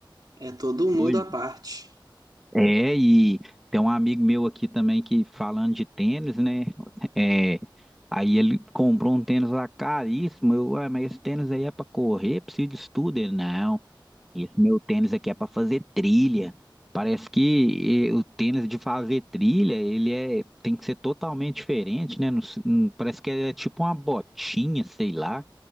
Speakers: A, on the right; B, in the centre.
A: É todo um
B: Pois.
A: mundo à parte.
B: É, e tem um amigo meu aqui também que falando de tênis, né? É, aí ele comprou um tênis lá caríssimo. Eu, "Ué, mas esse tênis aí é pra correr, precisa de estudo. Ele, não. Esse meu tênis aqui é para fazer trilha. Parece que eh, o tênis de fazer trilha, ele é, tem que ser totalmente diferente, né? Não se- não- parece que é tipo uma botinha, sei lá,